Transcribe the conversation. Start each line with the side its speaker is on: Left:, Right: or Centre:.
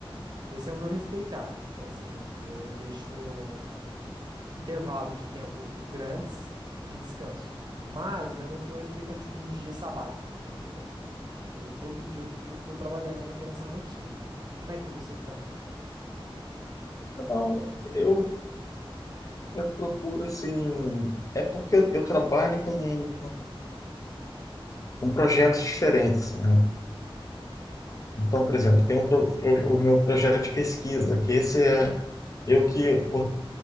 Right: Esse é o meu respeitar. É assim, eu deixo intervalos de tempo grandes de descanso. Mas eu não tô respeitando, tipo, um dia sabático. Isso eu não tenho. Eu todo dia eu tô, tô trabalhando, mantendo essa rotina. Como é que você faz?
Left: Então, eu, eu procuro, assim, é porque eu, eu trabalho com, com projetos diferentes, né? Então, por exemplo, tem um pro- pro- o meu projeto de pesquisa, que esse é eu que, co-